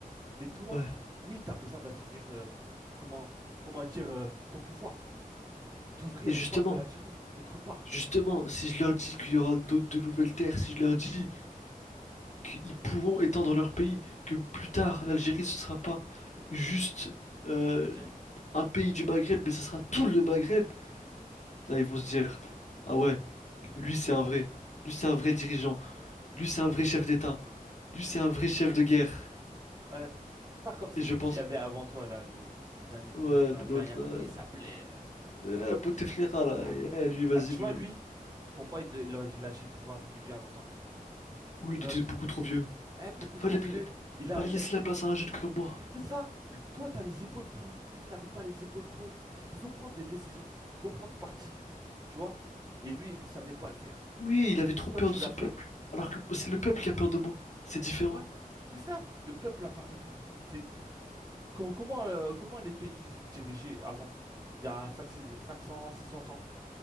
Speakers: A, on the right; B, on the left.
A: Mais toi,
B: Ouais.
A: oui, tu as besoin d'assouvir, euh, comment, comment dire, euh, ton pouvoir. D'ouvrir
B: Et justement,
A: les portes de l'Algérie, autre part.
B: justement, si je leur dis qu'il y aura d'autres de nouvelles terres, si je leur dis qu'ils pourront étendre leur pays, que plus tard l'Algérie ce sera pas juste euh,
A: Algérie.
B: un pays du Maghreb, mais ce sera tout le Maghreb. Là ils vont se dire, ah ouais, lui c'est un vrai, lui c'est un vrai dirigeant, lui c'est un vrai chef d'État, lui c'est un vrai chef de guerre.
A: Ouais, pas comme celui
B: Et je pense,
A: qui avait avant toi, là, le, le dernier président
B: ouais
A: algérien.
B: l'autre là,
A: Comment il s'appelait? euh
B: euh, Bouteflika là,
A: Ah,
B: eh, lui vas-y
A: Ah, tu
B: lui,
A: vois, lui, pour moi, il, de- il aurait dû lâcher le pouvoir depuis bien longtemps.
B: oui il
A: Il aurait
B: était
A: dû...
B: beaucoup trop vieux.
A: Hein, beaucoup
B: Fallait,
A: trop vieux. Il a,
B: fallait
A: il
B: laisser
A: a plus
B: la place à un jeune comme moi.
A: C'est ça. Toi, tu as les épaules pour. Lui, il n'avait pas les épaules pour. Il faut prendre des décisions. Il faut prendre parti. Tu vois? Et lui, il ne savait pas le faire.
B: Oui, il avait trop
A: Toi,
B: peur
A: tu
B: de
A: l'as
B: son
A: fait.
B: peuple, alors que c'est le peuple qui a peur de moi. C'est différent.
A: Ouais. C'est ça. Le peuple a peur de toi. C'est co- comment, euh, comment les pays ils ont dirigé avant? Il y a cinq cents, cinq cents, six cents ans.